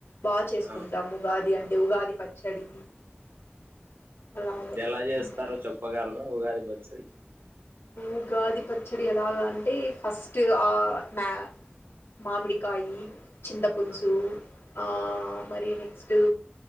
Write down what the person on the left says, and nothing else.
బా చేసుకుంటాం
ఉగాది అం. ఉగాది పచ్చడి. అలాగా
ఉమ్.
ఉగాది పచ్చడి ఎలాగా అంటే ఫస్ట్ ఆ మా మామిడికాయీ. చింత పల్సూ
ఆ మరి నెక్స్ట్. తూ